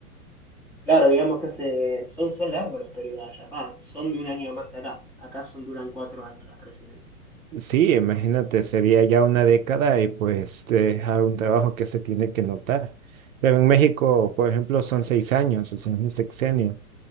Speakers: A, in the centre; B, on the right.
A: Claro, digamos que hace, son, son largos los periodos allá, va, son de un año más que acá. Acá son, duran cuatro años las presidencias.
B: Sí, imagínate, sería ya una década y pues te deja un trabajo que se tiene que notar. Pero en México, por ejemplo, son seis años, o sea, es un sexenio.